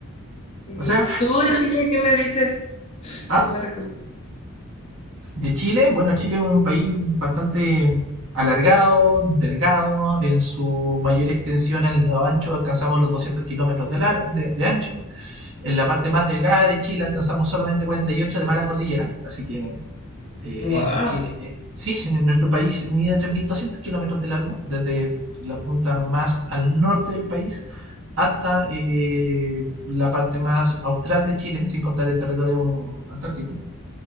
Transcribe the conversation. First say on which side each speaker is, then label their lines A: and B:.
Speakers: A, on the left; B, on the right.
A: Sí.
B: O sea,
A: ¿Tú de Chile qué me dices?
B: ¿ah?
A: ¿Qué me recomiendas?
B: De Chile, bueno, Chile es un país bastante alargado, delgado, en su mayor extensión en lo ancho alcanzamos los 200 kilómetros de, lar- de, de ancho, en la parte más delgada de Chile alcanzamos solamente 48 de mar a cordillera, así que eh,
A: Wow.
B: es entendible que sí, <laughs> nuestro país mide 3.200 kilómetros de largo, desde la punta más al norte del país hasta eh, la parte más austral de Chile, sin contar el territorio antártico